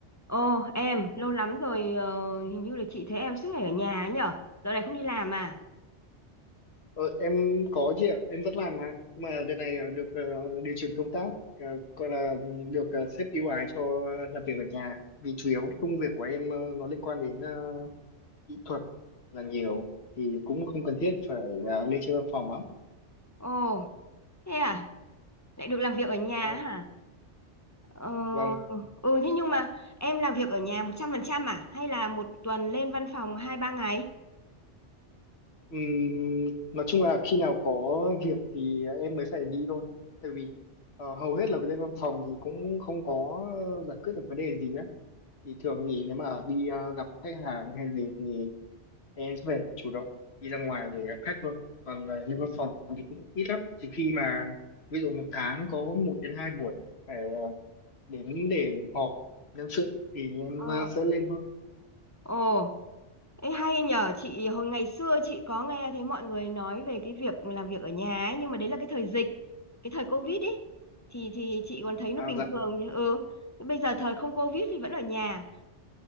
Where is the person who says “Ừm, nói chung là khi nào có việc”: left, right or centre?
Left